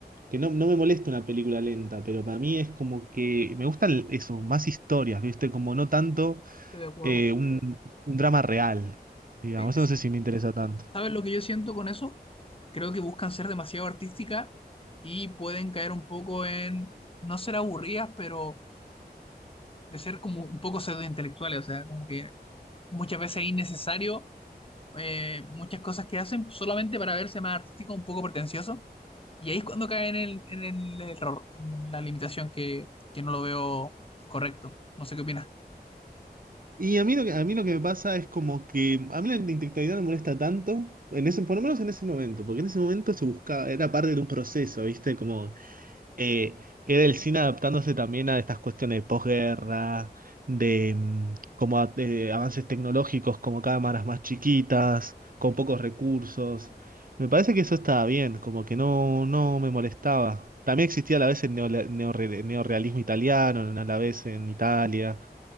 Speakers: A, on the right; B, on the left.
A: que no, no me molesta una película lenta, pero para mí es como que me gustan eso, más historias, ¿viste? Como no tanto
B: Estoy de acuerdo.
A: eh, un, un drama real, digamos.
B: eh, es-
A: Eso no sé si me interesa tanto.
B: ¿sabes lo que yo siento con eso? Creo que buscan ser demasiado artísticas y pueden caer un poco en no ser aburridas, pero de ser como un poco pseudointelectuales, o sea, como que muchas veces es innecesario eh, muchas cosas que hacen solamente para verse más artístico, un poco pretencioso, y ahí es cuando caen en el, en el error, en la limitación que, que no lo veo correcto. No sé qué opinas.
A: Y a mí lo que, a mí lo que me pasa es como que a mí la intelectualidad no me molesta tanto, en ese, por lo menos en ese momento, porque en ese momento se buscaba, era parte de un proceso, ¿viste? Como eh, era el cine adaptándose también a estas cuestiones de posguerra, de, mm, como a- de avances tecnológicos, como cámaras más chiquitas, con pocos recursos. Me parece que eso estaba bien, como que no, no me molestaba. También existía a la vez el neola- neorre- neorrealismo italiano, a la vez en Italia.